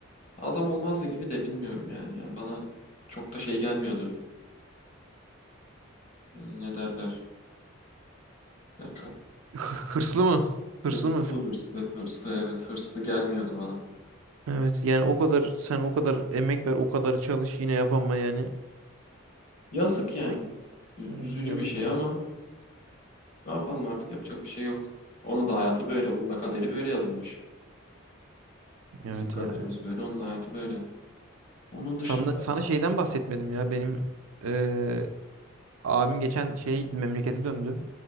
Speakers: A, on the left; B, on the right.
A: adam olmazdı gibi de bilmiyorum yani ya. Bana çok da şey gelmiyordu. Ne derler? Yani çok
B: Hı- Hırslı mı? Hırslı
A: hırslı
B: mı?
A: hırslı hırslı evet hırslı gelmiyordu bana.
B: Evet yani o kadar sen o kadar emek ver o kadar çalış yine yapama yani.
A: Yazık yani.
B: Demek ki
A: Ü-
B: Hı,
A: Üzücü
B: yazık
A: bir şey
B: yazık.
A: ama ne yapalım artık yapacak bir şey yok. Onun da hayatı böyle. Onun da kaderi böyle yazılmış.
B: Evet
A: Bizim kaderimiz
B: ya.
A: böyle. Onun hayatı böyle. Onun
B: Sana,
A: dışında...
B: sana şeyden bahsetmedim ya. Benim eee, abim geçen şey memlekete döndü.